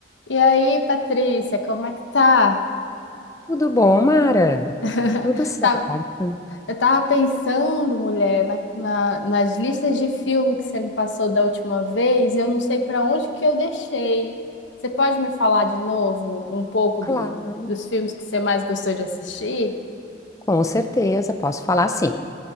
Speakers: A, on the left; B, on the left.
A: E aí, Patrícia, como é que tá?
B: Tudo bom, Mara?
A: <laughs>
B: Tudo certo.
A: Tá- Eu tava pensando, mulher, na- na- nas listas de filme que você me passou da última vez, e eu não sei para onde que eu deixei. Você pode me falar de novo um pouco do-
B: Claro,
A: dos filmes que você mais gostou de assistir?
B: com certeza, posso falar sim.